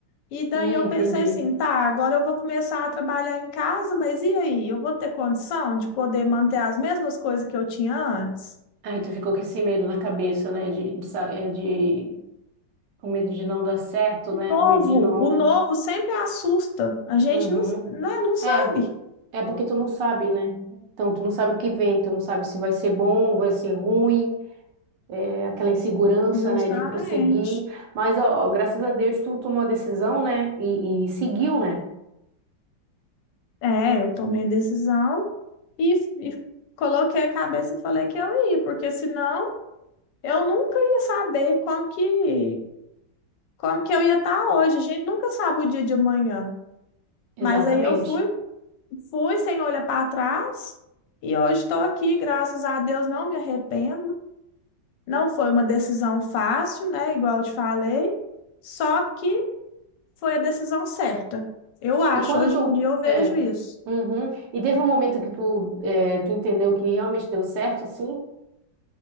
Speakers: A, on the left (about 75°); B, on the right (about 70°).
A: E daí
B: hum,
A: eu
B: entendi.
A: pensei assim, tá, agora eu vou começar a trabalhar em casa, mas e aí? Eu vou ter condição de poder manter as mesmas coisas que eu tinha antes?
B: Aí tu ficou com esse medo na cabeça, né? De, de, sa- é, de- o medo de não dar certo,
A: O
B: né?
A: novo,
B: O medo de não.
A: o novo sempre assusta. A gente
B: Uhum.
A: não, né, não sabe.
B: É, é porque tu não sabe, né? Então, tu não sabe o que vem, tu não sabe se vai ser bom, vai ser ruim, é, aquela insegurança,
A: Justamente.
B: né, de prosseguir. Mas, ó, ó, graças a Deus, tu tomou a decisão, né? E, e seguiu, né?
A: É, eu tomei decisão e, e coloquei a cabeça e falei que eu ia, porque senão eu nunca ia saber como que, como que eu ia estar hoje. A gente nunca sabe o dia de amanhã.
B: Exatamente.
A: Mas aí eu fui, Fui sem olhar para trás e hoje estou aqui, graças a Deus, não me arrependo. Não foi uma decisão fácil, né? Igual eu te falei, só que foi a decisão certa. Eu acho,
B: E quando
A: hoje
B: tu.
A: em dia eu vejo
B: É.
A: isso.
B: Uhum. E teve um momento que tu, é, tu entendeu que realmente deu certo, assim?